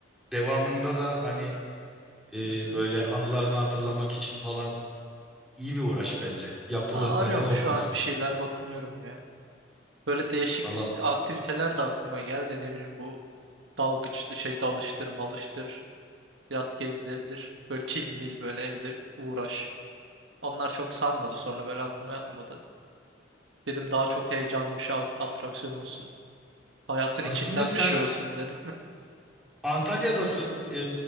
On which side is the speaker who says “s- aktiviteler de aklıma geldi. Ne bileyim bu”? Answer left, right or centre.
Right